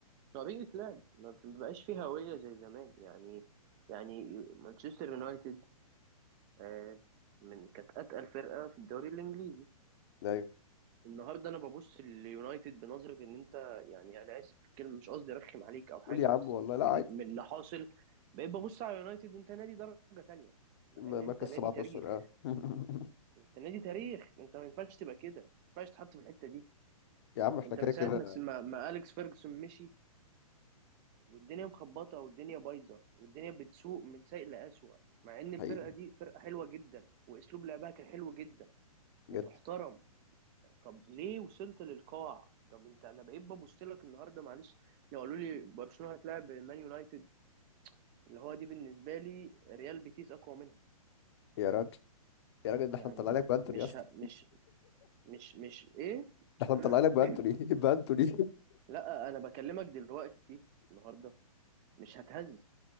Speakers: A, on the right (about 20°); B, on the left (about 45°).
A: طريقة لعب ما بقاش فيه هوية زي زمان يعني يعني مانشستر يونايتد آه، من كانت أتقل فرقة في الدوري الإنجليزي
B: ايوه
A: النهارده انا ببص لليونايتد بنظره ان انت يعني انا اسف في الكلمه مش قصدي ارخم عليك او حاجه
B: قول يا عم
A: بس
B: والله لا
A: من,
B: عادي
A: من اللي حاصل بقيت ببص على اليونايتد انت نادي درجه تانية مع
B: م-
A: ان انت
B: مركز
A: نادي
B: 17
A: تاريخ
B: اه <laughs>
A: انت نادي تاريخ انت ما ينفعش تبقى كده ما ينفعش تتحط في الحته دي
B: يا عم احنا
A: انت
B: كده
A: من ساعه
B: كده
A: ما ما ما اليكس فيرجسون مشي والدنيا مخبطه والدنيا بايظه والدنيا بتسوق من سيء لاسوء مع ان الفرقه
B: حقيقي
A: دي فرقه حلوه جدا واسلوب لعبها كان حلو جدا
B: بجد
A: وتحترم طب ليه وصلت للقاع طب انت انا بقيت ببص لك النهارده معلش لو قالوا لي برشلونه هتلاعب مان يونايتد اللي هو دي بالنسبه لي ريال بيتيس اقوى منها
B: يا راجل يا راجل ده
A: يعني
B: احنا مطلع لك بانتوني
A: مش
B: يا اسطى
A: ه... مش مش مش ايه <clears throat>
B: ده احنا مطلع لك بانتوني <laughs> بانتوني
A: لا انا بكلمك دلوقتي النهارده مش هتهز